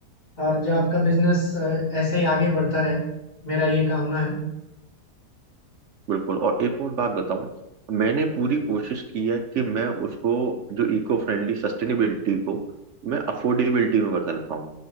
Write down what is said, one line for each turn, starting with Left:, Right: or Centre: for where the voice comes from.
Left: और जो आपका बिजनेस ऐसे ही आगे बढ़ता रहे मेरा ये कामना है
Right: बिल्कुल और एक और बात बताऊं मैंने पूरी कोशिश की है कि मैं उसको जो इको फ्रेंडली सस्टेनेबिलिटी को मैं अफोर्डेबिलिटी में बदल पाऊं